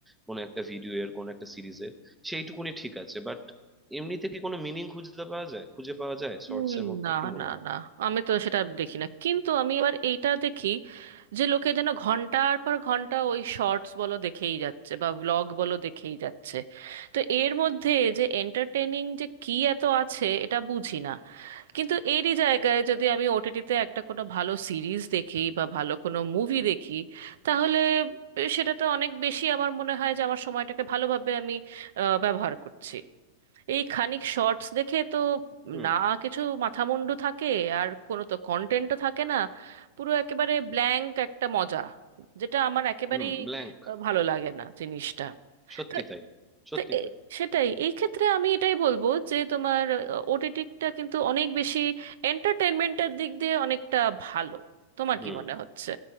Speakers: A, in the centre; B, on the right.
A: কোনো একটা ভিডিও এর কোনো একটা সিরিজের সেইটুকুনি ঠিক আছে বাট এমনিতে কি কোনো মিনিং খুঁজে পাওয়া যায় খুঁজে পাওয়া যায় শর্টস
B: হুম,
A: এর মধ্যে
B: না
A: কি মনে
B: না
A: হয়
B: না আমি তো সেটা দেখি না কিন্তু আমি আবার এইটা দেখি যে লোকে যেন ঘন্টার পর ঘন্টা ওই শর্টস বলো দেখেই যাচ্ছে বা ব্লগ বলো দেখেই যাচ্ছে তো এর মধ্যে যে এন্টারটেইনিং যে কি এত আছে এটা বুঝি না কিন্তু এরই জায়গায় যদি আমি ওটিটিতে একটা কোনো ভালো সিরিজ দেখি বা ভালো কোনো মুভি দেখি তাহলে সেটা তো অনেক বেশি আমার মনে হয় যে আমার সময়টাকে ভালোভাবে আমি আহ, ব্যবহার করছি এই খানিক শর্টস দেখে তো
A: হুম
B: না কিছু মাথামুন্ডু থাকে আর কোনো তো কন্টেন্টও থাকে না পুরো একেবারে ব্ল্যাঙ্ক একটা মজা যেটা আমার একেবারেই
A: হুম ব্ল্যাঙ্ক
B: আহ, ভালো লাগে না জিনিসটা
A: সত্যি
B: তো
A: তাই সত্যি
B: তো এ-
A: তাই
B: সেটাই এই ক্ষেত্রে আমি এটাই বলবো যে তোমার ওটিটিটা কিন্তু অনেক বেশি এন্টারটেনমেন্টের দিক দিয়ে অনেকটা ভালো তোমার
A: হুম
B: কি মনে হচ্ছে